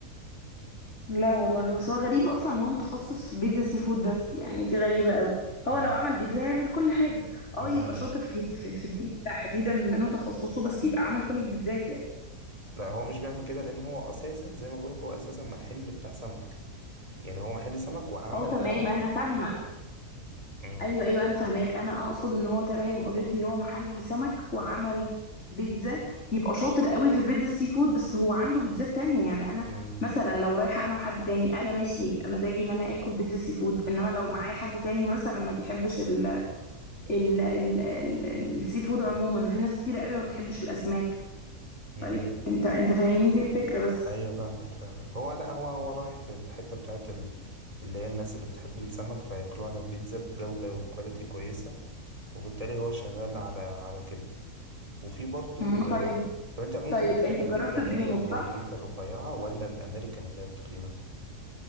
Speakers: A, on the left; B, on the right.
A: لا والله بس هو غريب اصلا ان هو متخصص في بيتزا سي فود بس يعني دي غريبه قوي هو
B: مم.
A: لو عمل بيتزا يعمل كل حاجه اه
B: لا
A: يبقى شاطر في في, في دي تحديدا بما انه تخصصه بس يبقى عمل كل البيتزات يعني
B: لا هو مش بيعمل كده لان هو اساسا زي ما بقولك هو اساسا محل بتاع سمك يعني هو محل سمك وعمل
A: اه تمام
B: بقى
A: انا فاهمه
B: امم
A: ايوه ايوه انا فاهماك انا اقصد ان هو تمام اوريدي هو محل سمك وعمل بيتزا يبقى شاطر قوي في البيتزا السي فود بس هو عنده بيتزات تانية يعني انا
B: امم
A: مثلا لو رايحه انا وحد تاني انا ماشي مزاجي ان انا اكل بيتزا سي فود انما لو معايا حد تاني مثلا ما بيحبش ال ال ال ال- السي فود عموما وفي ناس كتير قوي ما بتحبش الاسماك
B: امم
A: طيب انت انت فاهمني دي الفكره بس
B: ايوه فاهمك فاهمك هو لا هو هو رايح في الحته بتاعت ال... اللي هي الناس اللي بتحب السمك فياكلوه على البيتزا بجوده وكواليتي كويسه وبالتالي هو شغال على على كده وفي برضو
A: مم. طيب
B: آه، طب انت عموما
A: طيب
B: بتحب
A: انت
B: البيتزا
A: جربت
B: اللي
A: بريمو
B: هي المارجريتا
A: صح
B: الرفيعه ولا الامريكان اللي هي التخينه